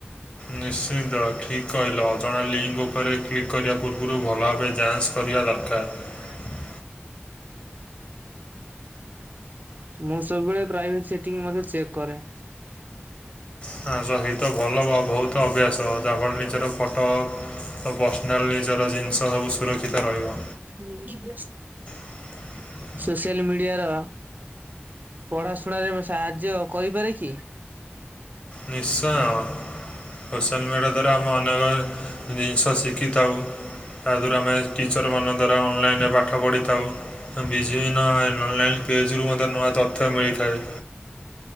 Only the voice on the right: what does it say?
ମୁଁ ସବୁବେଳେ ପ୍ରାଇଭେଟ ସେଟିଂ ମଧ୍ୟ ଚେକ୍ କରେ।
<unintelligible>
ସୋସିଆଲ ମିଡିଆ ର ପଢାଶୁଣାରେ ମୁଁ ସାହାଯ୍ୟ କରିପାରେ କି?